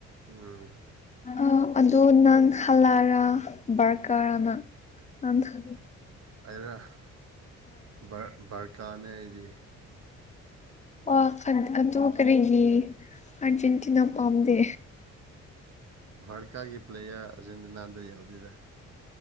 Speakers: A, on the right; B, on the left.
A: ꯎꯝ
B: ꯑ ꯑꯗꯣ ꯅꯪ ꯍꯜꯂꯥꯔꯥ ꯕꯔꯀꯥꯔꯥꯅꯥ ꯑꯟꯊ
A: ꯑꯩꯔ ꯕꯔ ꯕꯥꯔꯀꯥꯅꯦ ꯑꯩꯗꯤ
B: ꯋꯥ ꯈꯟ ꯑꯗꯨ ꯀꯔꯤꯒꯤ ꯑꯥꯔꯖꯦꯟꯇꯤꯅꯥ ꯄꯥꯝꯗꯦ
A: ꯚꯥꯔꯀꯥꯒꯤ ꯄ꯭ꯂꯦꯌꯥꯔ ꯑꯔꯖꯦꯟꯇꯤꯅꯥꯗ ꯌꯥꯎꯗꯦꯔꯥ